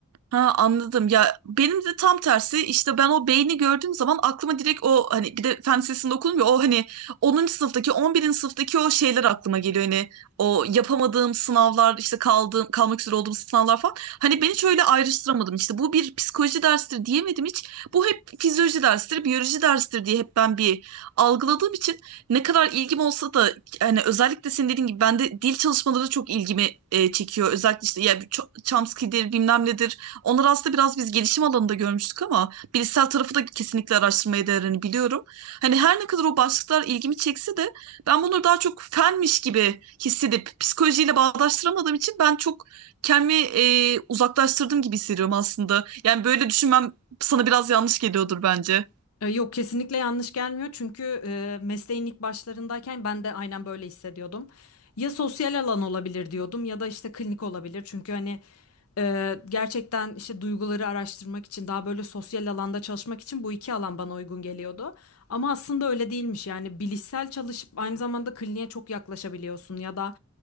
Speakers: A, on the right; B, on the left.
A: Ha anladım. Ya benim de tam tersi işte ben o beyni gördüğüm zaman aklıma direkt o hani bir de fen lisesinde okudum ya o hani 10. sınıftaki 11. sınıftaki o şeyler aklıma geliyor. Hani o yapamadığım sınavlar işte kaldığım kalmak üzere olduğum sınavlar falan. Hani beni hiç öyle ayrıştıramadım. İşte bu bir psikoloji dersidir diyemedim hiç. Bu hep fizyoloji dersidir, biyoloji dersidir diye hep ben bir algıladığım için ne kadar ilgim olsa da hani özellikle senin dediğin gibi bende dil çalışmaları çok ilgimi e, çekiyor. Özellikle işte ya bir Cho- Chomsky'dir bilmem nedir. Onları aslında biraz biz gelişim alanında görmüştük ama bilişsel tarafı da kesinlikle araştırmaya değerini biliyorum. Hani her ne kadar o başlıklar ilgimi çekse de ben bunları daha çok fenmiş gibi hissedip psikolojiyle bağdaştıramadığım için ben çok kendimi e, uzaklaştırdım gibi hissediyorum aslında. Yani böyle düşünmem sana biraz yanlış geliyordur bence.
B: E, Yok kesinlikle yanlış gelmiyor çünkü e, mesleğin ilk başlarındayken ben de aynen böyle hissediyordum. Ya sosyal alan olabilir diyordum ya da işte klinik olabilir çünkü hani e, gerçekten işte duyguları araştırmak için daha böyle sosyal alanda çalışmak için bu iki alan bana uygun geliyordu. Ama aslında öyle değilmiş yani bilişsel çalışıp aynı zamanda kliniğe çok yaklaşabiliyorsun ya da